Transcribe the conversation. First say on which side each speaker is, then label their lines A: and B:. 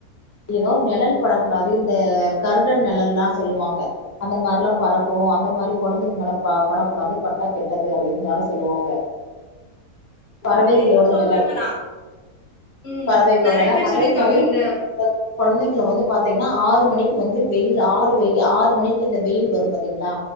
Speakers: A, on the left (about 25°); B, on the left (about 55°).
A: எதோ நெழல் படக் கூடாது இந்த கருடன் நெழல்லா சொல்லுவாங்க அந்த மாரில்லா பறக்கு அந்த மாரி கொழந்தைங் மேல ப படக்கூடாது பட்டா கெட்டது அப்டின்னுதால சொல்லுவாங்க பறவைகளோட
B: நெறைய சொல்றாங்க
A: நெழல்
B: நா ம்
A: பறவைகளோட
B: நெறைய
A: <unintelligible>
B: பேர்
A: அதே
B: சொல்லிருக்காங்க
A: மாரி
B: இந்த
A: அந்த கொழந்தைங்கள வந்து பாத்தீங்ன்னா ஆறு மணிக்கு வந்து வெயில் ஆறு வெயில் ஆறு மணிக்கு இந்த வெயில் வரும் பாத்தீங்ளா